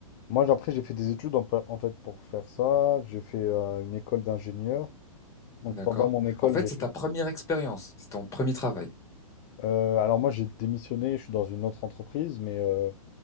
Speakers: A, on the left (about 35°); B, on the left (about 15°).
A: Moi, j'- après, j'ai fait des études en, pa- en fait pour faire ça. J'ai fait euh, une école d'ingénieur. Donc
B: D'accord.
A: pendant mon école,
B: En fait,
A: j'ai
B: c'est
A: fait.
B: ta première expérience, c'est ton premier travail.
A: euh, alors moi, j'ai démissionné, je suis dans une autre entreprise, mais euh,